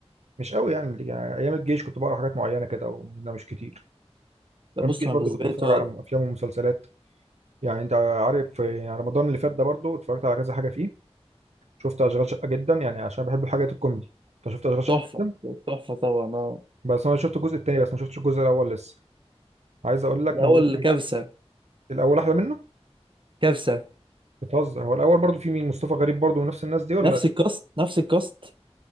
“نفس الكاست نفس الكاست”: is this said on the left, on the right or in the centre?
Right